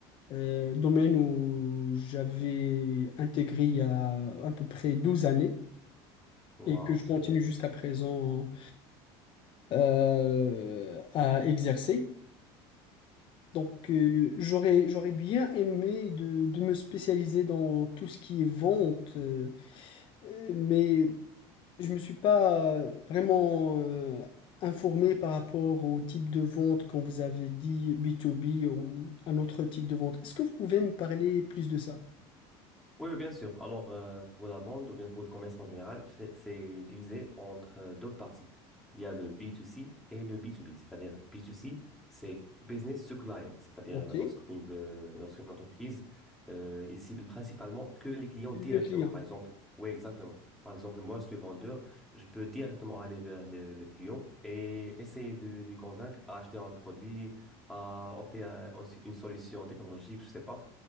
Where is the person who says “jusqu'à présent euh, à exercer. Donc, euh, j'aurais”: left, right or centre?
Left